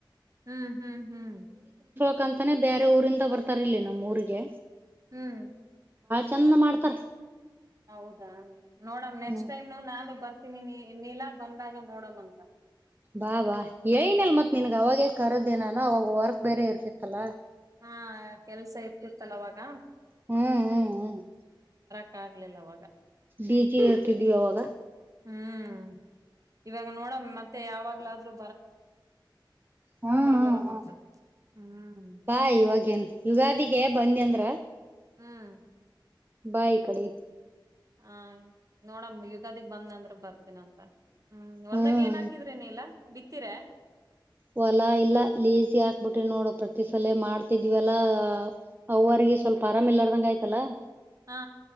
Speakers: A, on the right (about 40°); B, on the right (about 25°).
A: ಹ್ಮ್ ಹ್ಮ್ ಹ್ಮ್
B: ಕ್ಕತನೇ ಬೇರೆ ಊರಿಂದ ಬರ್ತಾರ ಇಲ್ಲಿ ನಮ್ಮ್ ಊರಿಗೆ
A: ಹ್ಮ್
B: ಚೆಂದ ಮಾಡ್ತಾರ
A: ಹೌದಾ ನೋಡಮ್ಮ ನೆಕ್ಸ್ಟ್
B: ಹ್ಮ್
A: ಟೈಮ್ ನಾನು ಬರ್ ತ್ತಿನಿ ನೀಲ ಬಂದಾಗ ನೋಡಮಂತ
B: ಬಾ ಬಾ ಹೇಳಿನಿ ಅಲಾ ಮತ್ ನಿನ್ಗ್ ಅವಾಗೇ ಕರದೆೇ ನಾನು ಅವಾಗ ವರ್ಕ್ ಬೇರೆ ಇರ್ತಿತ್ತಲ್ಲ
A: ಹಾ ಕೆಲ್ಸ ಇರ್ತಿತ್ತಲ್ಲ ಅವಾಗ
B: ಹ್ಮ್ ಹ್ಮ್ ಹ್ಮ್
A: ಕ್ಕಗ್ಲಿಲ್ಲ ಅವಾಗ
B: ಬೀಜಿ ಇರ್ತಿದೀವಿ ಅವಾಗ
A: ಹ್ಮ್ ಇವಾಗ ನೋಡಮ್ ಮತ್ತೆ ಯಾವಾಗ್ಲಾದರೂ
B: ಹ್ಮ ಹ್ಮ
A: ಬರಾಮಂತ
B: ಹ್ಮ
A: ಹ್ಮ್
B: ಬಾ ಇವಗೇನ್ ಯುಗಾದಿಗೆ ಬನ್ನಿ ಅಂದ್ರ
A: ಹ್ಮ್
B: ಬಾ ಈಕಡಿ
A: ಹಾ ನೋಡಮ ಯುಗಾದಿ ಬಂದ್ ಅಂದ್ರ ಬರ್ ತ್ತೀನಿ ಅಂತ ಹ್ಮ್ ಏನ್ ಹೊಲದಾಗ
B: ಹ್ಮ್
A: ಹಾಕಿದ್ರ ನ ನೀಲಾ ಬಿತ್ತೀರಾ
B: ಹೊಲಾ ಇಲ್ಲ ಲೀಜಿ ಹಾಕ್ಬಿಟೀನಿ ನೋಡು ಪ್ರತಿ ಸಲ ಮಾಡ್ತಿದ್ವಿಲ್ಲಾ ಅವ್ವರಿಗೆ ಸ್ವಲ್ಪ ಆರಾಮ ಇಲ್ಲಾರದಂಗ ಆಯ್ತಲ್ಲ
A: ಹಾ